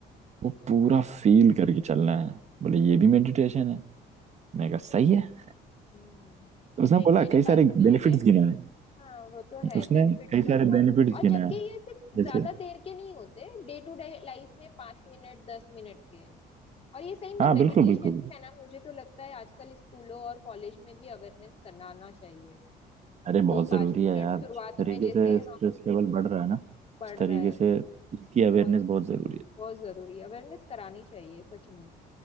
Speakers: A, on the right; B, on the left.
A: वो पूरा
B: हम्म
A: फील करके चलना है बोले
B: ठीक
A: ये भी मेडिटेशन
B: है
A: है मैं कहा सही है
B: हम्म
A: उसने
B: ऐसे एक
A: बोला
B: मेरे
A: कई
B: पास
A: सारे
B: भी
A: बेनिफिट्स
B: है
A: गिनाए हैं
B: हाँ वो तो है
A: उसने
B: बेनिफिट्स
A: कई
B: तो
A: सारे
B: बहुत
A: बेनिफिट्स
B: है और
A: गिनाए
B: जबकि
A: हैं
B: ये सिर्फ
A: जैसे
B: ज्यादा देर के नहीं होते डे टू डे लाइफ में पांच मिनट दस मिनट के हैं। और ये सही में
A: हाँ
B: मेडिटेशन
A: बिल्कुल बिल्कुल बिल्कुल।
B: है ना मुझे तो लगता है आजकल स्कूलों और कॉलेज में भी अवेयरनेस कराना चाहिए
A: अरे बहुत
B: दो पांच
A: जरूरी
B: मिनट
A: है यार
B: शुरुआत
A: जिस तरीके
B: में जैसे
A: से
B: हम
A: स्ट्रेस लेवल बढ़ रहा है ना
B: पढ़
A: उस तरीके
B: रहे हैं
A: से इसकी अवेयरनेस
B: बहुत
A: बहुत जरूरी
B: बहुत जरूरी अवेयरनेस करानी चाहिए सच में